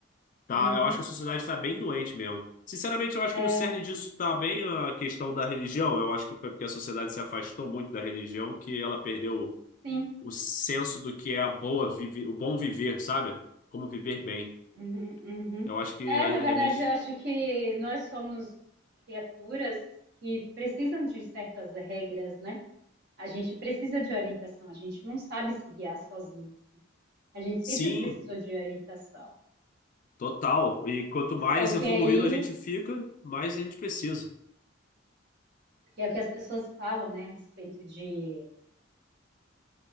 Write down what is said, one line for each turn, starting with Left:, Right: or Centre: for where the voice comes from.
Left: Tá,
Right: uhum.
Left: eu acho que a sociedade está bem doente mesmo. Sinceramente, eu acho
Right: É,
Left: que no cerne disso está bem a questão da religião. Eu acho que foi porque a sociedade se afastou muito da religião que ela perdeu
Right: sim.
Left: o senso do que é a boa vive, o bom viver, sabe? Como viver bem.
Right: Uhum, uhum.
Left: Eu acho que
Right: É,
Left: a
Right: na verdade,
Left: religião.
Right: eu acho que nós somos criaturas que precisam de certas regras, né? A gente precisa de orientação, a gente não sabe se guiar sozinho, assim. A gente
Left: Sim,
Right: sempre precisou de orientação.
Left: total. E quanto mais
Right: Só que
Left: evoluído
Right: aí,
Left: a gente fica, mais a gente precisa.
Right: que é o que as pessoas falam, né, a respeito de